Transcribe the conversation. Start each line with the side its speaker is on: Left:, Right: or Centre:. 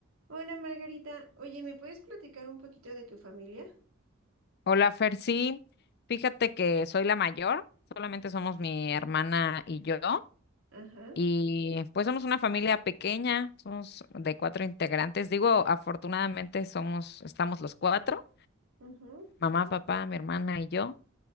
Right: Hola Margarita, oye, ¿me puedes platicar un poquito de tu familia?
Left: Hola, Fer, sí, fíjate que soy la mayor, solamente somos mi hermana y yo,
Right: Ajá,
Left: y pues somos una familia pequeña, somos de cuatro integrantes. Digo, afortunadamente somos, estamos los cuatro,
Right: ujú.
Left: mamá, papá, mi hermana y yo,